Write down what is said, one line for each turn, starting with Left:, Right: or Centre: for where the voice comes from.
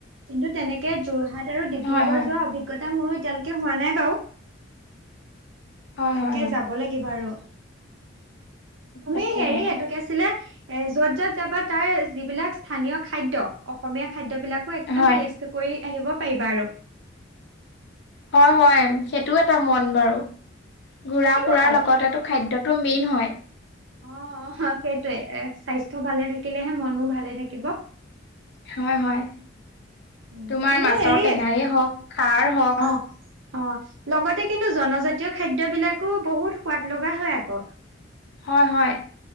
Right: কিন্তু তেনেকে যোৰহাট আৰু ডিব্ৰুগড়
Left: হয় হয়
Right: যোৱা অভিজ্ঞতা মোৰো এতিয়ালৈকে হোৱা নাই বাৰু
Left: হয়
Right: তাকে
Left: হয় হয়
Right: যাব লাগিব আৰু। তুমি
Left: তাকেহে
Right: হেৰি এতো কি আছিলে এ য'ত যত যাবা তাৰ যিবিলাক স্থানীয় খাদ্য অসমীয়া খাদ্যবিলাকো একদম
Left: হয়
Right: টেষ্ট কৰি আহিব পাৰিবা আৰু।
Left: হয় হয় সেইটোও এটা মন বাৰু। ঘূৰা
Right: কিন্তু
Left: ফুৰাৰ
Right: অ
Left: লগতেটো খাদ্যটো মেইন হয়।
Right: অ', সেইটয়ে এ স্বাস্থ্য ভালে থাকিলেহে মনো ভালে থাকিব।
Left: হয় হয়
Right: উম
Left: তোমাৰ
Right: কিন্তু
Left: মাছৰ
Right: হেৰি
Left: টেঙাৰেই হওক খাৰ হওক
Right: অ অ', লগতে কিন্তু জনজাতীয় খাদ্য বিলাকো বহুত সোৱাদ লগা হয় আকৌ।
Left: হয় হয়